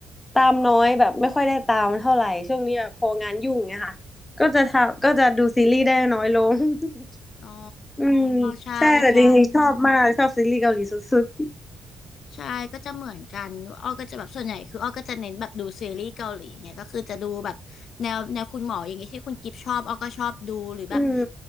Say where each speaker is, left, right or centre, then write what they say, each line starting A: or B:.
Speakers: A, on the left; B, on the left.
A: ตามน้อยแบบไม่ค่อยได้ตามเท่าไหร่ช่วงนี้แบบพองานยุ่งเนี่ยค่ะก็จะทำก็จะดูซีรีส์ได้น้อยลง <laughs>
B: อ๋อ
A: อืม
B: ใช่ใช่
A: ใช่แต่จริงๆชอบมากชอบซีรีส์เกาหลีสุด
B: ใช่ก็จะเหมือนกันอ้อก็จะแบบส่วนใหญ่คืออ้อก็จะเน้นแบบดูซีรีส์เกาหลีเนี่ยก็คือจะดูแบบแนวแนวคุณหมออย่างเงี้ยที่คุณกิฟชอบอ้อก็ชอบดูหรือแบบ
A: ๆอืม